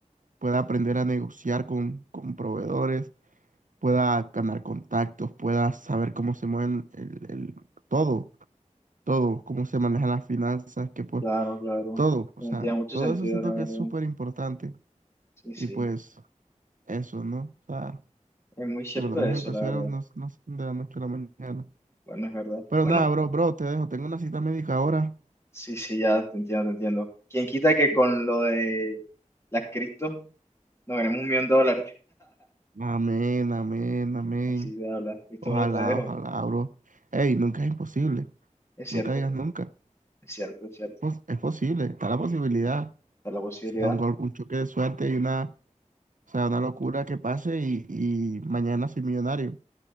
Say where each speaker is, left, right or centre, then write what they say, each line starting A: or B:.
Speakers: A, on the right; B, on the left.
A: Pueda aprender a negociar con, con proveedores pueda ganar contactos, pueda saber cómo se mueven el, el- todo, todo, cómo se manejan las finanzas, que pues
B: claro, claro.
A: todo, o
B: No
A: sea,
B: Tiene mucho
A: todo
B: sentido,
A: eso siento
B: la verdad.
A: que es súper importante
B: Sí, sí.
A: y pues eso, ¿no? O sea,
B: Es muy cierto
A: porque los mejores
B: eso,
A: empresarios
B: la verdad.
A: no, no son de la noche a la mañana.
B: Bueno, es verdad.
A: Pero
B: Bueno,
A: nada, bro, bro, te dejo, tengo una cita médica ahora.
B: Sí, sí, ya te entiendo, te entiendo. ¿Quién quita que con lo de las cripto nos ganemos un millón de dólares?
A: Amén, amén,
B: <laughs>
A: amén.
B: Así se habla. Listo,
A: Ojalá,
B: bro, te dejo.
A: ojalá, bro. Ey, nunca es imposible,
B: Es cierto,
A: nunca digas nunca.
B: es cierto, es cierto.
A: Pos- Es posible, está la posibilidad o
B: Está la posibilidad,
A: sea un gol, un choque de suerte y una O sea, una locura que pase y, y mañana soy millonario.